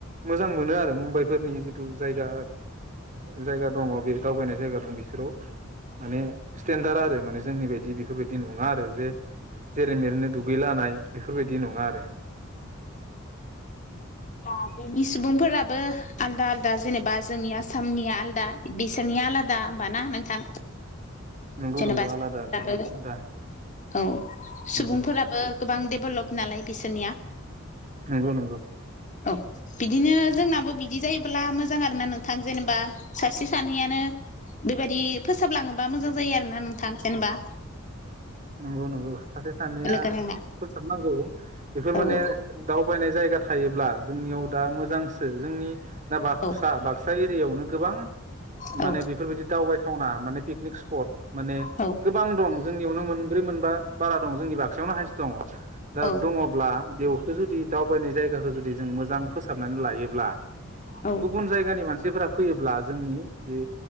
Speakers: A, on the right; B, on the left.
A: मोजां मोनो आरो मुम्बाइफोरनि जिथु जायगा जायगा दङ बे दावबायनाय जायगा दं बिसोराव माने स्टेेनडार आरो माने जोंनि बायदि बेफोरबायदि नङा आरो जे जेरै मेरैनो दुगैलानाय बेफोरबायदि नङा आरो।
B: बा बिनि सुबुंफोराबो आलदा आलदा जेनेबा जोंनि आसामनिया आलदा बिसोरनिया आलादा होमबा ना नोंथां?
A: नंगौ
B: जेनेबा
A: नंगौ
B: जायगाफोराबो
A: आलादा गोबां आलादा
B: औ
A: नंगौ
B: सुबुंफोराबो गोबां डेभलप नालाय बिसोरनिया।
A: नंगौ नंगौ
B: औ बिदिनो जोंनाबो बिदि जायोबोला मोजां आरोना नोंथां जेनेबा सासे सानैयानो बेबायदि फोसाबलाङोबा मोजां जायो आरोना नोंथां। जेनेबा
A: नंगौ नंगौ सासे सानैया
B: लोगो नांना
A: फोसाबनांगौ बेफोर
B: औ
A: माने दावबायनाय जायगा थायोब्ला जोंनियाव दा मोजांसो। जोंनि दा
B: औ
A: बाक्सा बाक्सा एरियायावनो गोबां
B: औ
A: माने बेफोरबायदि दावबायथावना माने पिकनिक स्पट माने
B: औ।
A: गोबां दं जोंनियावनो मोनब्रै मोनबा बारा दं जोंनि बाक्सायावनो हाइस दङ दा
B: औ
A: दङ ब्ला बेवखौ जुदि दावबायनाय जायगाखौ जुदि जों मोजां फोसाबनानै लायोब्ला
B: औ।
A: गुबुन जायगानि मानसिफोरा फैयोब्ला जोंनि बे